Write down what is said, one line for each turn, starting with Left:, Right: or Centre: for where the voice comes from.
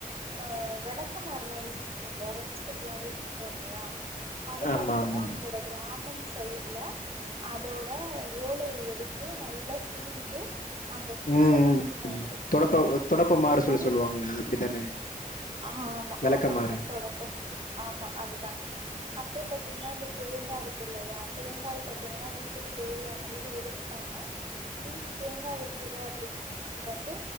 Right: அ வெளக்குமாறுல்லா யூஸ் பண்றோல்லையா ரூம்ஸ்டிக்லா யூஸ் பண்றோ இல்லையா அது
Left: ஆமா,
Right: பாத்தீங்கன்னா
Left: ஆமா.
Right: எங்களோட கிராமம் சைல்ல அதோட ஓலைய எடுத்து நல்லா சீவிட்டு அந்த குச்சதா
Left: ம், ம்.
Right: வந்து பயன்படுத்துவாங்க
Left: தொடப்ப தொடப்பமாரு
Right: இதே
Left: சொல்லி
Right: மாரி
Left: சொல்லுவாங்கல்ல. அது அப்படித்தானே?
Right: ஆமா
Left: விளக்கமாறு.
Right: ஆமா ஹத்தோடப்பம் ஆமா அதுதா அப்ற பாத்தீங்கன்னா இந்த தேங்கா இருக்கில்லையா தேங்காய் பாத்தீங்கன்னா வீட்டுக்கு தேவையான அளவு எடுத்து ப்பாங்க மீதி தேங்காய இருந்தது அப்டின்னா அது வந்து